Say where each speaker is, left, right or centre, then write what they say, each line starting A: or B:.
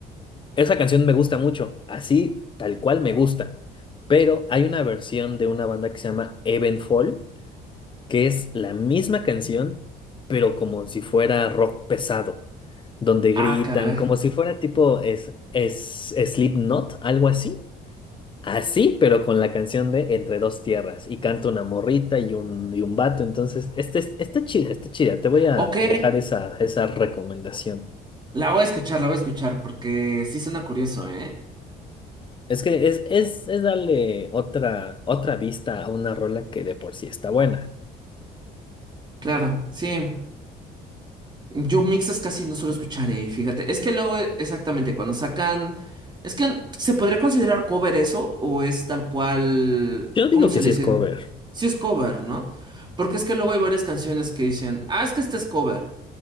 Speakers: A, on the left; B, on the right.
A: Esa canción me gusta mucho, así tal cual me gusta. Pero hay una versión de una banda que se llama Evenfall, que es la misma canción, pero como si fuera rock pesado, donde gritan,
B: Ah, caray.
A: como si fuera tipo es, es, Slipknot, algo así. Así, pero con la canción de Entre dos tierras. Y canta una morrita y un, y un vato. Entonces, este, es- está chida, está chida. Te voy a
B: Ok,
A: dejar esa, esa recomendación.
B: La voy a escuchar, la voy a escuchar porque sí suena curioso, ¿eh?
A: Es que es, es, es darle otra, otra vista a una rola que de por sí está buena.
B: Claro, sí. Yo mixes casi no suelo escuchar, ¿eh? Fíjate. Es que luego, eh, exactamente, cuando sacan. Es que se podría considerar cover eso o es tal cual.
A: Yo digo
B: ¿Cómo se
A: que
B: le
A: sí
B: dicen?
A: es cover.
B: Sí es cover, ¿no? Porque es que luego hay varias canciones que dicen, ah, es que este es cover.